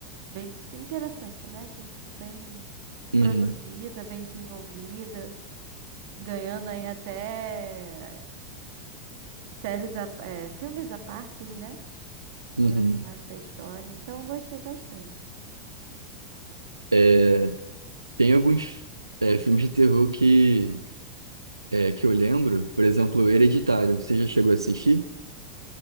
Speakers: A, on the right (about 50°); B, on the right (about 80°).
A: bem interessante, né? Tem sido bem
B: Uhum,
A: produzida, bem desenvolvida, ganhando aí até séries, a, é, filmes à parte, né?
B: uhum.
A: Relacionados à história. Então eu gostei bastante.
B: É, Tem alguns é, filmes de terror que, é, que eu lembro, por exemplo, Hereditário. Você já chegou a assistir?